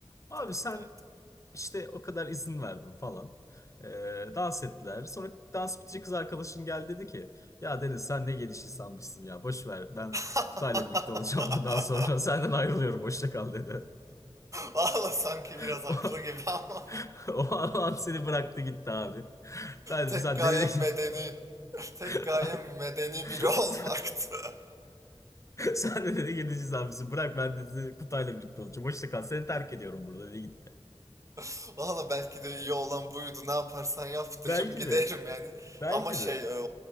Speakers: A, on the left; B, on the right.
A: Abi
B: der,
A: sen
B: derdim.
A: İşte o kadar izin verdim falan. Ee, dans ettiler. Sonra dans bitince kız arkadaşım geldi dedi ki ya Deniz sen ne geniş insanmışsın ya boş ver ben
B: <laughs>
A: Kutay'la birlikte olacağım <laughs> bundan sonra senden ayrılıyorum hoşça kal dedi.
B: Valla sanki biraz
A: <laughs>
B: haklı gibi ama.
A: O, o an seni bıraktı gitti abi. Ben
B: Tek
A: dedi sen
B: gayem
A: ne dedin?
B: medeni, tek
A: <laughs>
B: gayem medeni biri olmaktı.
A: sen, sen de dedi geniş insanmışsın bırak ben dedi Kutay'la birlikte olacağım hoşça kal seni terk ediyorum burada dedi gitti.
B: <laughs> Valla belki de iyi olan buydu. Ne yaparsan yap derim
A: Belki
B: giderim
A: de
B: yani.
A: belki
B: Ama şey,
A: de
B: e,